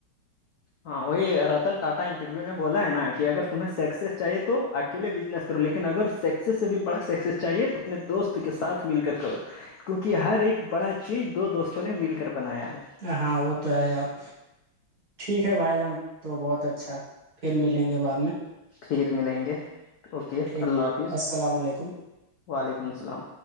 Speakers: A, on the left (about 75°); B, on the right (about 50°).
A: ہاں وہی رتن ٹاٹا انٹرویو نے بولا ہے نا کہ اگر تمہیں سکسیس چاہیے تو کے لیے بزنس کرو لیکن اگر سکسیس سے بھی بڑا سکسیس چاہیے تو اپنے دوست کے ساتھ مل کرو کیونکہ ہر ایک بڑا چیز دو دوستوں نے مل کر بنایا ہے
B: ہاں وہ تو ہے آپ ٹھیک ہے بھائی جان تو بہت اچھا پھر ملیں گے بعد میں
A: پھر ملیں گے اوکے
B: ٹھیک
A: اللہ حافظ
B: السلام علیکم
A: وعلیکم السلام